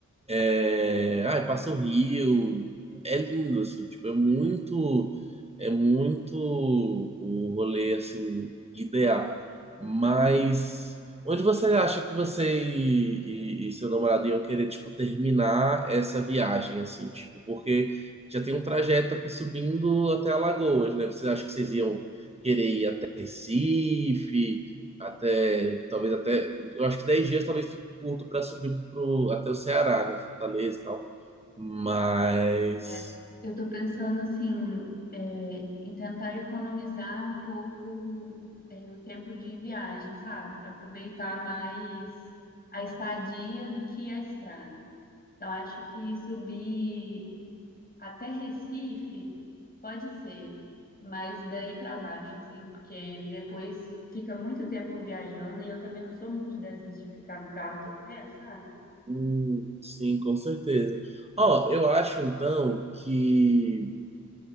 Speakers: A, on the right; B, on the left.
A: É, ai, passa o rio. É lindo, assim, tipo, é muito, é muito o rolê, assim, ideal. Mas
B: Hum.
A: onde você acha que você e, e- e seu namorado iam querer, tipo, terminar essa viagem, assim, tipo, porque já tem um trajeto aqui subindo até Alagoas, né? Você acha que vocês iam querer ir até Recife? Até, talvez até, eu acho que 10 dias talvez fique curto para subir pro, até o Ceará, né? Fortaleza e tal. Mas,
B: É, eu estou pensando assim, é, em tentar economizar um pouco é, o tempo de viagem, sabe? Para aproveitar mais a estadia do que a estrada. Então, acho que subir até Recife pode ser, mas daí para baixo, assim, porque depois fica muito tempo viajando e eu também não sou muito dessas de ficar no carro todo tempo, sabe?
A: hum, sim, com certeza. Ó, eu acho então que